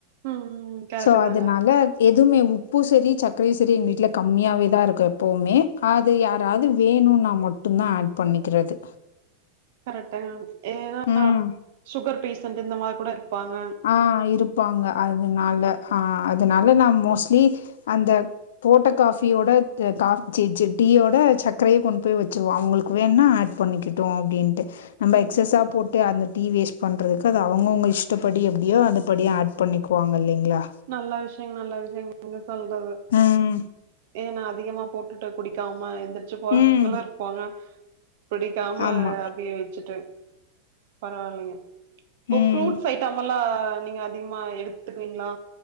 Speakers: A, on the right; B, on the left.
A: ம் ம் கரெக்ட்
B: சோ அதனால
A: தாங்க
B: எதுவுமே உப்பும் செரி சக்கரையும் செரி எங்களுக் வீட்ல கம்மியாவேதான் இருக்கும் எப்பவுமே அது யாராவது வேணுனா மட்டும் தான் ஆட் பண்ணிக்கிறது
A: கரெக்டு ஏன்னா
B: ம்.
A: சுகர் பேஷன்ட் இந்த மாதிரி கூட இருப்பாங்க
B: ஆ இருப்பாங்க அதனால ஆ அதனால நான் மோஸ்ட்லி அந்த போட்ட காஃபியோட அ காஃப் ச்சி டீயோட சக்கரையே கொண்டு போய் வச்சிருவோம் அவங்களுக்கு வேணுனா ஆட் பண்ணிக்கிட்டு அப்டீன்ட்டு நம்ம
A: ம்
B: எக்ஸஸ்ஸா போட்டு அந்த டீ வேஸ்ட் பண்றதுக்கு அது அவங்கவுங்க இஷ் டபடி எப்டியோ அது படி ஆட் பண்ணிக்குவாங்க இல்லிங்களா
A: நல்ல விஷ்யங் நல்ல விஷயங் நீங்க சொல்றது
B: ம்.
A: ஏ நா அதிகமா போட்டுட்டு குடிக்காம எந்திரிச்சி போறவங்களு
B: ம்.
A: இருப்பாங்க புடிக்காம
B: ஆமா.
A: அப்டியே வச்சுட்டே பரவால்லைங்க இப்போ
B: ம்.
A: ஃப்ரூட்ஸ் ஐட்டம்ல்லா நீங்க அதிகமா எடுத்துக்குவீங்ளா